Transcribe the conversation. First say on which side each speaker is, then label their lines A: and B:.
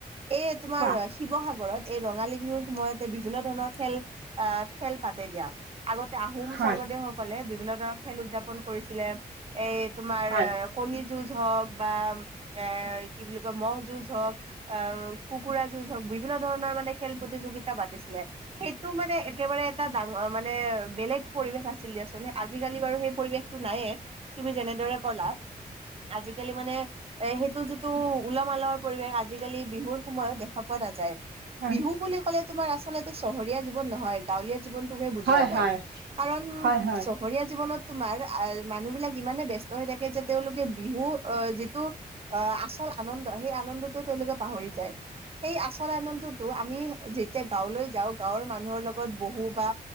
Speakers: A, on the right; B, on the right.
A: এই তোমাৰ
B: কোৱা
A: শিৱসাগৰত এই ৰঙালী বিহুৰ সময়তে বিভিন্ন ধৰণৰ খেল, আহ খেল পাতে দিয়া আগতে আহোম
B: হয়
A: স্বৰ্গদেউসকলে বিভিন্ন, ধৰণৰ খেল উদযাপন কৰিছিলে এই তোমাৰ
B: হয়
A: কণী যুজ হওঁক বা, এ কি বুলি কয় ম'হ যুজ হওঁক অ কুকুৰা, বিভিন্ন ধৰণৰ মানে খেল প্ৰতিযোগিতা পাতিছিলে সেইটো মানে একেবাৰে এটা ডাঙৰ মানে বেলেগ পৰিৱেশ আছিল দিয়াচোন আজিকালি বাৰু সেই পৰিৱেশটো নাইয়ে, তুমি যেনেদৰে ক'লা, আজিকালি মানে এ সেইটো যিটো উলহ মালহৰ পৰিৱেশ আজিকালি বিহুৰ সময়ত দেখা পোৱা নাযায়।
B: হয়
A: বিহু বুলি ক'লে তোমাৰ আচলতে চহৰীয়া জীৱন নহয় গাঁৱলীয়া, জীৱনটো হে বুজোৱা
B: হয়
A: যায়,
B: হয়
A: কাৰণ
B: হয় হয়
A: চহৰীয়া জীৱনত তোমাৰ আৰ মানুহ বিলাক ইমানে ব্যস্ত হৈ থাকে যে তেওঁলোকে বিহু অহ যিটো অ আচল আনন্দ সেই আনন্দটোত তেওঁলোকে পাহৰি যায় সেই আচল আনন্দতো আমি যেতিয়া গাঁৱলৈ যাওঁ গাঁৱৰ মানুহৰ লগত, লগত বহো বা